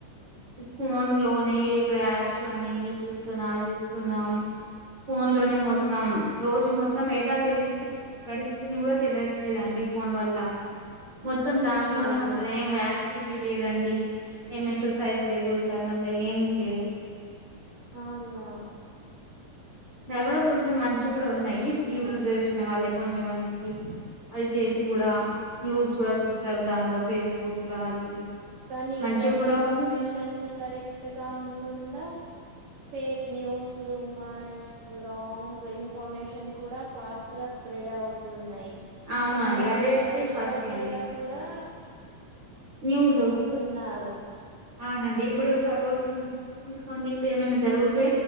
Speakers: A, on the right; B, on the right.
A: ఫోన్ లోనే ఏదో యాప్స్ అనేది చూస్తున్నాం అదీ చూస్తున్నాం. ఫోన్ లోనే మొత్తం రోజు మొత్తం ఎలా తెలిసి గడిసిపోంది కూడా తెలియట్లేదండి. ఈ ఫోన్ వల్ల. మొత్తం దాంట్లోనే
B: అవును
A: ఉంటంది ఏం ఆక్టివిటీ లేదండి ఏం ఎక్సర్సైజ్. లేదు దాని వల్ల ఏం లేవు.
B: అవునా.
A: దాని కూడా కొంచెం మంచి కూడా ఉన్నాయి <unintelligible> చేసిన వాళ్ళాకి కొంచెం మందికి అది చేసి. కూడా న్యూస్ కూడా చూస్తారు దాంట్లో ఫేస్బుక్ లో అది.
B: కానీ
A: మంచిగా
B: ప్రతి
A: కూడా
B: ఇన్ఫర్మేషన్
A: ఉంది
B: కరెక్ట్ గా ఉంటుందా. Fake news rumours wrong information కూడా ఫాస్ట్ గా స్ప్రెడ్. అవుతున్నాయి
A: అవునండి
B: చాలా
A: అదే
B: మంది
A: అయితే
B: వెరిఫై
A: ఫస్ట్
B: చేయకూడా.
A: అండి న్యూస్
B: నమ్ముతున్నారు.
A: అవునండి ఇప్పుడు సపోజ్ తీసుకోండి ఇప్పుడు ఏమైనా జరుగుతే